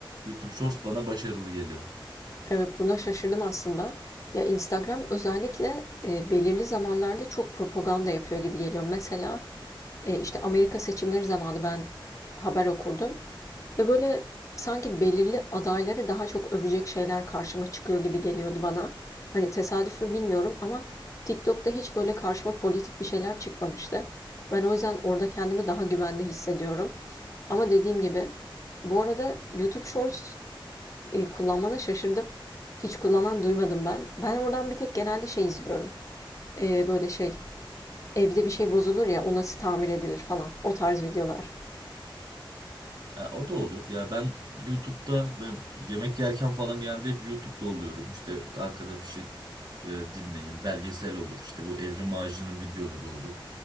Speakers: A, on the right; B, on the left.
A: YouTube Shorts bana başarılı geliyor.
B: Evet, buna şaşırdım aslında. Ya Instagram özellikle e, belirli zamanlarda çok propaganda yapıyor gibi geliyor. Mesela e, işte Amerika seçimleri zamanı ben haber okurdum ve böyle sanki belirli adayları daha çok övecek şeyler karşıma çıkıyor gibi geliyordu bana. Hani tesadüf mü bilmiyorum ama TikTok'ta hiç böyle karşıma politik bir şeyler çıkmamıştı. Ben o yüzden orada kendimi daha güvende hissediyorum. Ama dediğim gibi bu arada YouTube Shorts e, kullanmana şaşırdım. Hiç kullanan duymadım ben. Ben oradan bir tek genelde şey izliyorum. E, böyle şey evde bir şey bozulur ya o nasıl tamir edilir falan. O tarz videolar.
A: E, o da olur. Ya ben YouTube'da böyle yemek yerken falan geldi hep YouTube'da oluyorum. İşte arkada bir şey e, dinleyeyim. Belgesel olur. İşte bu Evrim Ağacı'nın videoları olur.